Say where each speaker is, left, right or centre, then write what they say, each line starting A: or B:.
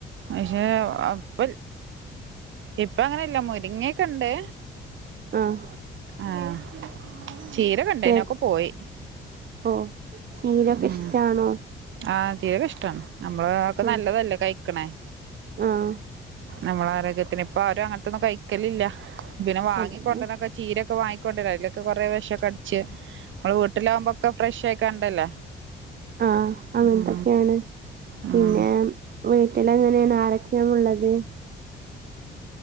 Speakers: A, on the right (about 75°); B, on the right (about 50°).
A: അക്ഷേ ഒപ്പ ഇപ്പ അങ്ങനെല്ല മുരിങ്ങക്കെണ്ട്
B: അഹ്
A: ആഹ് ചീര കണ്ടേനി
B: ആഹ്
A: അഒക്കെ പോയി
B: ഓ ശീലൊക്കെ
A: ഉം
B: ഇഷ്ടാണോ
A: ആഹ് ച്ചീരക ഇഷ്ടാണ് നമ്മള് ക്കെ
B: ഉം
A: നല്ലതല്ലേ കഴിക്കണേ
B: ആഹ്
A: നമ്മള ആരോഗ്യത്തിന് ഇപ്പൊ ആരും അങ്ങനത്തൊന്നും കഴിക്കലില്ല പിന്നെ വാങ്ങി
B: അതന്നെ
A: കൊണ്ടരൻക്കെ ചീരൊക്കെ വാങ്ങിക്കൊണ്ടിര അതിലൊക്കെ കുറേ വെഷോക്കെ അടച്ച് നമ്മള് വീട്ടിലാകുമ്പോക്കെ ഫ്രഷ് ആയി കണ്ടല്ലേ
B: ആഹ അങ്ങനത്തൊക്കെയാണ്
A: ഉം ഉം
B: പിന്നെ വീട്ടിലെങ്ങനെയാണ് ആരൊക്കെയാ ഉള്ളത്